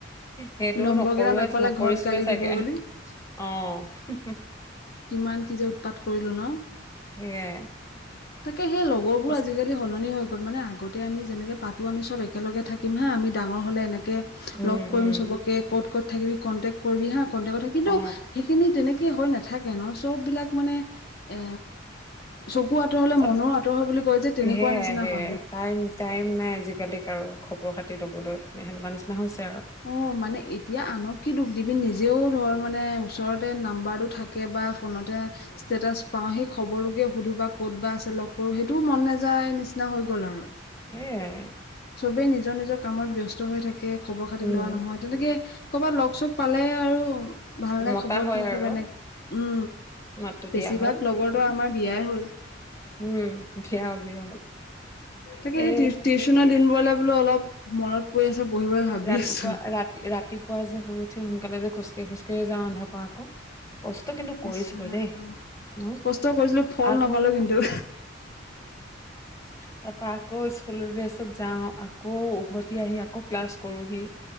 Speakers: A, on the left; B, on the left.
A: সেইটোও
B: নম্বৰ
A: নকৰোৱে
B: কেইটা নাপালে
A: নকৰিচিলোৱে
B: ঘৰত গালি
A: চাগে।
B: দিব বুলি
A: অ'।
B: কিমান কি যে উৎপাত কৰিলো ন?
A: সেয়াই
B: তাকে সেই লগৰবোৰ
A: খোজ
B: আজিকালি সলনি হৈ গ'ল মানে আগতে আমি যেনেকৈ পাতো আমি চব একেলে থাকিম হা আমি ডাঙৰ হ'লে এনেকে
A: উম
B: লগ কৰিম
A: উম
B: চবকে ক'ত - ক'ত থাকিবি কণ্টেক্ট কৰিববি হা কণ্টেক্সট থাকিম কিন্তু
A: অ
B: সেইখিনি তেনেকে হয় না ন, চ'ব বিলাক মানে এ চকু আঁতৰ হলে
A: চব
B: মনৰো আঁতৰ হয় বুলি কয় যে তেনেকুৱা
A: সেয়াই
B: নিচিনা
A: সেয়াই
B: হয়।
A: টাইম টাইম নাই আজিকালিক আৰু খবৰ খাতি ল'বলৈ সেনেকুৱা নিচিনা হৈছে আৰু।
B: অ', মানে এতিয়া আনক কি দুখ দিবি নিজেও ধৰ মানে ওচৰতে নাম্বাৰটো থাকে বা ফোনতে ষ্টেটাছ পাওঁ সেই খবৰ সুধো বা ক'ত বা আছে লগ কৰো সেইটোও মন নাযায় নিচিনা হৈ গ'ল আৰু।
A: সেয়াই।
B: চবেই নিজৰ-নিজৰ কামত ব্যস্ত হৈ থাকে খবৰ খাতি
A: উম
B: লোৱা নহয়। তেনেকে কৰ'বাত লগ চগ পালে আৰু ভাল নে
A: মতা
B: খবৰ
A: হয়
B: কি
A: আৰু
B: খবৰ এনেকে উম,
A: মাতটো দিয়া
B: বেছিভাগ
A: হয়
B: লগৰো আমাৰ বিয়াই হ'ল।
A: উম, ভিয় বিয়া হল।
B: তাকে
A: এ
B: সেই টিউচনৰ দিনবোৰলৈ বোলো অলপ মনত পৰি আছে, বহি-বহি ভাবি
A: ৰাতিপুৱা
B: আছোঁ।
A: ৰাতি ৰাতিপুৱা যে শুই উঠি সোনকালে যে খোজকাঢ়ি - খোজকাঢ় যাও আধা পাও আকৌ। কষ্ট কিন্তু কৰিছিলোঁ
B: ইচ ৰাম
A: দেই, ন?
B: কষ্ট কৰিছিলো ফল
A: আকৌ
B: নাপালো কিন্তু
A: তাৰপা আকৌ স্কুলৰ ড্ৰেছত যাওঁ, আকৌ উভ এতি আহি আকৌ ক্লাছ কৰোহি।